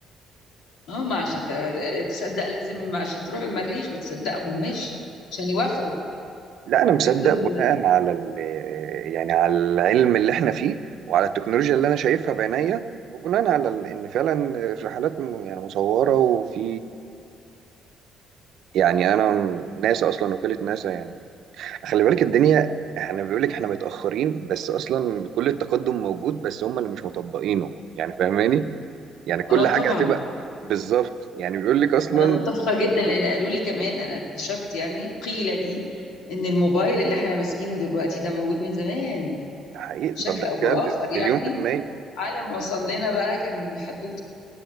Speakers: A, on the left; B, on the right.
A: هم عشان ت- تصدق لازم عشان تروح المريخ بتصدقهم ماشي عشان يوافقوا
B: لا انا مصدق
A: ياخدوك
B: بناء
A: ال-
B: على ال يعني على العلم اللي احنا فيه وعلى التكنولوجيا اللي انا شايفها بعينيا وبناء على ال- ان فعلا الرحلات م- يعني مصوره وفي يعني انا ناسا اصلا وكاله ناسا يعني خلي بالك الدنيا احنا بيقول لك احنا متاخرين بس اصلا كل التقدم موجود بس هم اللي مش مطبقينه يعني فاهماني يعني كل
A: اه طبعا
B: حاجه هتبقى بالظبط يعني بيقول لك اصلا
A: انا متفقه جدا لان قالوا لي كمان انا اكتشفت يعني قيل لي ان الموبايل اللي احنا ماسكينه دلوقتي ده موجود من زمان
B: تحقيق
A: بشكل
B: طب ده
A: او باخر
B: بجد مليون
A: يعني
B: في المية
A: على ما وصل لنا بقى كان حدوته